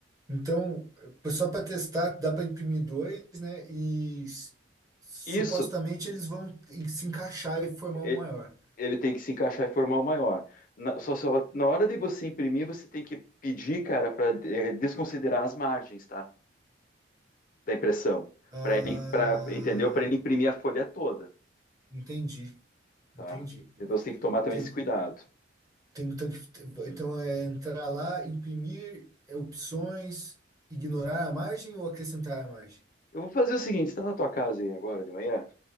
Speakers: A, on the right; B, on the left.
A: Então, é, só para testar, dá para imprimir dois, né? E s- supostamente
B: Isso
A: eles vão en- se encaixar e formar
B: e-
A: um maior.
B: ele tem que se encaixar e formar o maior. Na, só, só- na hora de você imprimir, você tem que pedir, cara, para desconsiderar as margens, tá? Da impressão,
A: Ah,
B: para ele, pra, entendeu? Para ele imprimir a folha toda,
A: entendi, entendi.
B: tá? Então você tem que tomar também
A: Tem,
B: esse cuidado.
A: tem, um tanque- então é entrar lá, imprimir é, opções, ignorar a margem ou acrescentar a margem?
B: Eu vou fazer o seguinte, você está na tua casa aí agora de manhã?